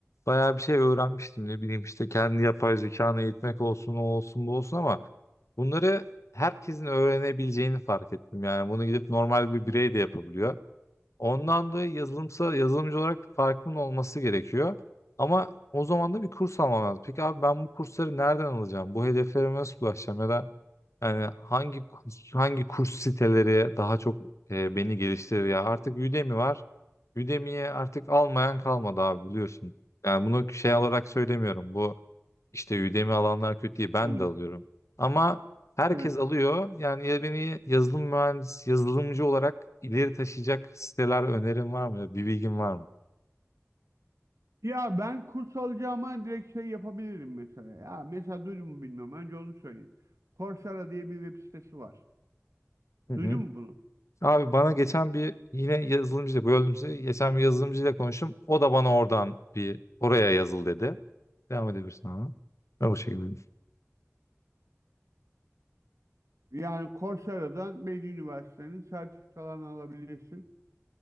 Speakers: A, on the left; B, on the right.
A: bayağı bir şey öğrenmiştim. Ne bileyim işte kendi yapay zekanı eğitmek olsun o olsun bu olsun ama bunları herkesin öğrenebileceğini fark ettim. Yani bunu gidip normal bir birey de yapabiliyor. Ondan dolayı yazılımsa yazılımcı olarak bir farkımın olması gerekiyor. Ama o zaman da bir kurs almam lazım. Peki abi ben bu kursları nereden alacağım? Bu hedeflerime nasıl ulaşacağım? Ya da yani hangi kurs, hangi kurs siteleri daha çok e, beni geliştirir ya? Artık Udemy var. Udemy'ye artık almayan kalmadı abi biliyorsun. Yani bunu şey olarak söylemiyorum. Bu işte Udemy alanlar kötü değil. Ben
B: anlıyorum.
A: de alıyorum. Ama herkes
B: Evet.
A: alıyor. Yani ya beni yazılım mühendisi, yazılımcı olarak ileri taşıyacak siteler önerin var mı? Bir bilgin var mı?
B: Ya ben kurs alacağıma direkt şey yapabilirim mesela. Ya mesela duydun mu bilmiyorum. Önce onu söyleyeyim. Coursera diye bir web sitesi var.
A: Hı hı.
B: Duydun mu bunu?
A: Abi bana geçen bir yine yazılımcıyla böldüm sizi. Geçen bir yazılımcıyla konuştum. O da bana oradan bir oraya yazıl dedi. Devam edebilirsin ama. Ben bu şekilde.
B: Yani Coursera'dan Bilgi Üniversitesi'nin sertifikalarını alabilirsin.